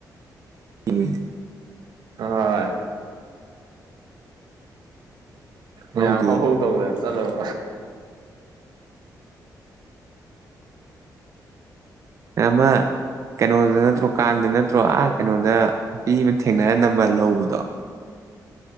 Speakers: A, on the right (about 45°); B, on the right (about 80°).
A: ꯏꯅꯦ
B: ꯍꯣꯏ
A: ꯈꯪꯍꯧꯗꯦ
B: ꯃ ꯍꯥꯎ ꯍ ꯇꯧꯧꯕꯗ ꯆꯂꯣꯝ
A: ꯑꯃ ꯀꯩꯅꯣꯗ ꯅꯠꯇ꯭ꯔꯣ ꯀꯥꯡꯗ ꯅꯠꯇ꯭ꯔꯣ ꯑꯥ ꯀꯩꯅꯣꯗ ꯅꯨꯄꯤ ꯑꯃ ꯊꯦꯡꯅꯔ ꯅꯝꯕ ꯂꯧꯕꯗꯣ